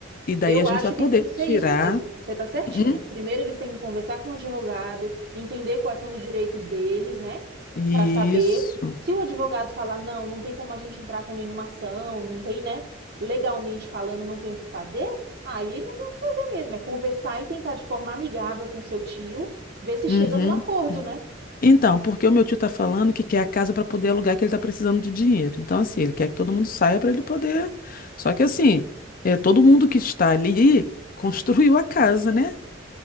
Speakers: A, on the left; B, on the right.
A: E daí
B: Eu
A: a gente
B: acho
A: vai poder
B: que tem que ser
A: tirar.
B: isso mesmo. Você está certinha.
A: Hum?
B: Primeiro, eles têm que conversar com o advogado, entender quais são os direitos deles, né?
A: Isso.
B: Para saber se o advogado falar, não, não tem como a gente entrar com nenhuma ação, não tem, né? Legalmente falando, não tem o que fazer, aí não tem o que fazer mesmo. É conversar e tentar de forma amigável com seu tio, ver se
A: Uhum.
B: chega num acordo, né?
A: Então, porque o meu tio tá falando que quer a casa para poder alugar, que ele tá precisando de dinheiro. Então, assim, ele quer que todo mundo saia para ele poder. Só que assim, é, todo mundo que está ali construiu a casa, né?